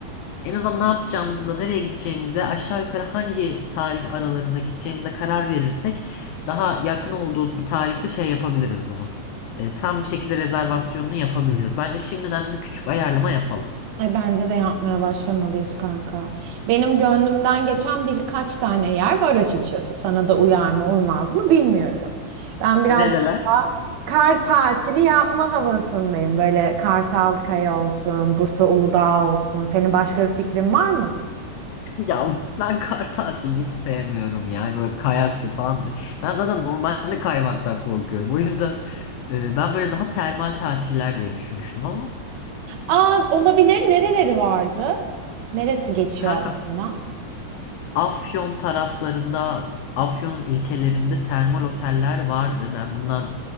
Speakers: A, on the left; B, on the right.
A: En azından ne yapacağımıza, nereye gideceğimize, aşağı yukarı hangi tarih aralarında gideceğimize karar verirsek daha yakın olduğu bir tarihte şey yapabiliriz bunu. E, tam bir şekilde rezervasyonunu yapabiliriz. Bence şimdiden bir küçük ayarlama yapalım.
B: E, bence de yapmaya başlamalıyız kanka. Benim gönlümden geçen birkaç tane yer var açıkçası. Sana da uyar mı uymaz mı bilmiyorum. Ben biraz
A: Nereler?
B: daha
A: <laughs>
B: kar tatili yapma havasındayım. Böyle Kartalkaya olsun, Bursa Uludağ olsun. Senin başka bir fikrin var mı?
A: Ya ben kar tatilini hiç sevmiyorum yani böyle kayaktır falandır. Ben zaten normalde kaymaktan korkuyorum. O yüzden e, ben böyle daha termal tatiller diye düşünmüştüm ama
B: Aa, olabilir. Nereleri vardı? Neresi geçiyor
A: kanka
B: aklında?
A: Afyon taraflarında, Afyon'un ilçelerinde termal oteller vardı. Ben bundan